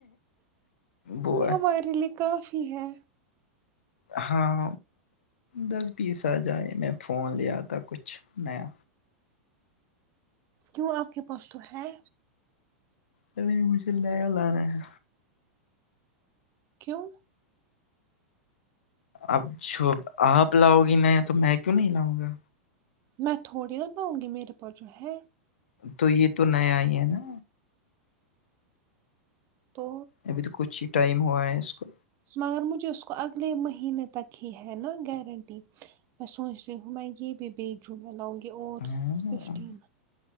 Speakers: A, on the left; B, on the right.
A: وہ ہے
B: ہمارے لیے کافی ہے
A: ہاں دس بیس آ جائے میں فون لیا تھا کچھ نیا
B: کیوں آپ کے پاس تو ہے
A: نہیں نہیں مجھے لے لانا ہے
B: کیوں
A: اب جو آپ لاؤ گی نیا تو میں کیوں نہیں لاؤں گا
B: میں تھوڑی لاؤں گی میرے پاس جو ہے
A: تو یہ تو نیا ہی ہے نا
B: تو
A: ابھی تو کچھ ہی ٹائم ہوا ہے اس کو
B: مگر مجھے اس کو اگلے مہینے تک ہی ہے نا گارنٹی میں سوچ رہی ہوں میں یہ بھی بی جعہ لاؤں گی اور
A: ہاں،
B: ففٹین